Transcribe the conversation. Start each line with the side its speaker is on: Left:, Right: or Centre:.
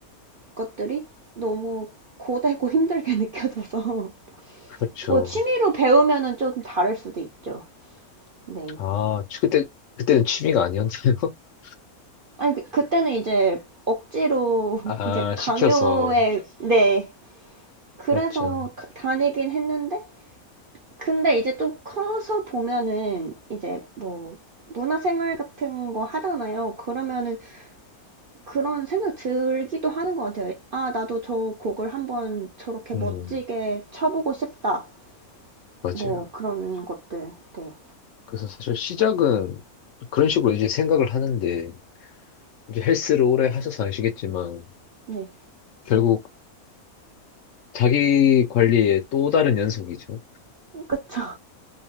Right: 것들이 너무 고되고 힘들게 <laughs> 느껴져서
Left: 그렇죠.
Right: 뭐 취미로 배우면은 좀 다를 수도 있죠. 네.
Left: 아, 치- 그때, 그때는 취미가 아니었나요? <laughs>
Right: 아니, 그- 그때는 이제 억지로
Left: 아,
Right: <laughs> 이제
Left: 시켜서.
Right: 강요에, 네. 그래서
Left: 맞죠.
Right: 가- 다니긴 했는데, 근데 이제 또 커서 보면은 이제 뭐 문화생활 같은 거 하잖아요. 그러면은 그런 생각 들기도 하는 것 같아요. 아, 나도 저 곡을 한번 저렇게
Left: 음,
Right: 멋지게 쳐보고 싶다.
Left: 맞아요.
Right: 뭐 그런 것들. 네.
Left: 그래서 사실 시작은 그런 식으로 이제 생각을 하는데, 이제 헬스를 오래 하셔서 아시겠지만,
Right: 네.
Left: 결국 자기 관리의 또 다른 연속이죠.
Right: 그쵸.